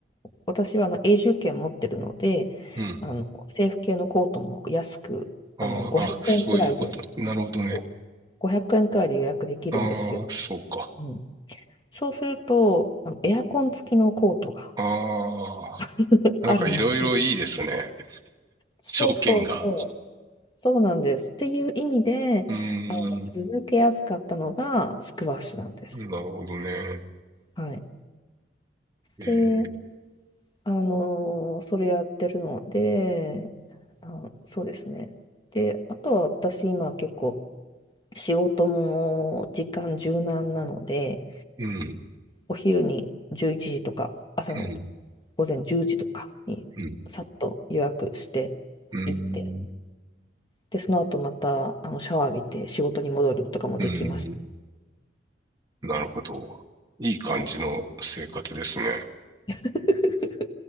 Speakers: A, on the left (about 25°); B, on the right (about 20°).
A: 私はあの永住権持ってるので、
B: うん。
A: あの政府系のコートも安く、
B: あーあ、
A: あの500円くえんくらいで
B: そういうこと。なるほどね。
A: そう500円くえんくらいで予約できるんですよ。
B: ああ、そうか。
A: うん、そうすると、あのエアコン付きのコートが
B: ああ、
A: <laughs> あるので、
B: なんかいろいろいいですね。
A: そうそうそう、
B: 条件が。
A: そうなんです。っていう意味で、
B: うーん。
A: あの続けやすかったのがスクワッシュなんです。
B: なるほどね。
A: はい。
B: えー、
A: で、あのーそれやってるので、あの、そうですね。で、あとは私今結構仕事も時間柔軟なので、
B: うん、
A: お昼に11時とか朝の
B: うん、
A: 午前10時とかにさっと予約して
B: うん、うん、
A: 行って、で、その後またあのシャワー浴びて仕事に戻るとかもできます。
B: うん。なるほど。いい感じの生活ですね。
A: はい。<laughs>